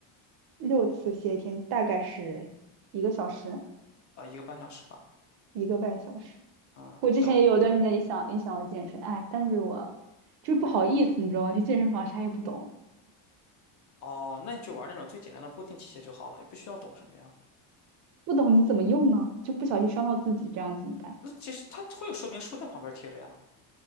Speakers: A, on the right; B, on the left.
A: 六次歇一天，大概是一个小时，
B: 啊、一个半小时吧。
A: 一个半小时。
B: 嗯，
A: 我之前也有段时间也想也想要健身，
B: 但
A: 哎，但是我就是不好意思，你知道吗？去健身房啥也不懂，
B: 哦，那你就玩那种最简单的固定器械就好了，也不需要懂什么呀。
A: 不懂你怎么用呢？就不小心伤到自己，这样怎么办？
B: 那其实它会有说明书在旁边贴着呀，